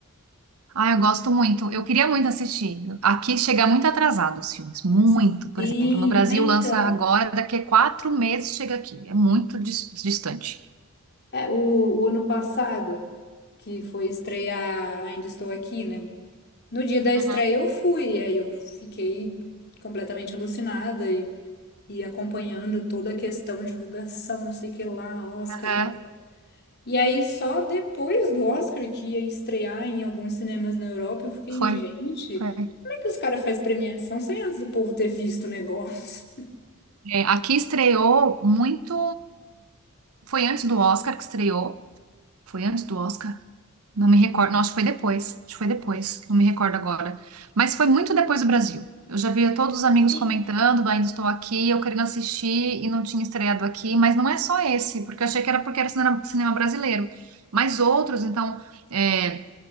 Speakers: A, on the right; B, on the left.
A: Ah, eu gosto muito. Eu queria muito assistir. Aqui chega muito atrasado os filmes. Muito.
B: <laughs>
A: Por
B: Sim,
A: exemplo, no Brasil
B: é então.
A: lança agora, daqui a quatro meses chega aqui. É muito dis- distante.
B: É, o, o ano passado, que foi estrear Ainda Estou Aqui, né? No dia da estreia
A: Uhum.
B: eu fui, e aí eu fiquei completamente alucinada e, e acompanhando toda a questão, divulgação, não sei o que lá, Oscar
A: É,
B: e E aí, só depois do Oscar, que ia estrear em alguns cinemas na Europa, eu fiquei,
A: foi.
B: gente,
A: foi.
B: como é que os caras fazem premiação sem antes do povo ter visto o negócio?
A: É, aqui estreou muito. Foi antes do Oscar que estreou. Foi antes do Oscar? Não me recordo. Não, acho que foi depois. Acho que foi depois. Não me recordo agora. Mas foi muito depois do Brasil. Eu já via todos os amigos
B: Sim.
A: comentando do Ainda Estou Aqui, eu querendo assistir e não tinha estreado aqui. Mas não é só esse, porque eu achei que era porque era cinema, cinema brasileiro. Mas outros, então. é,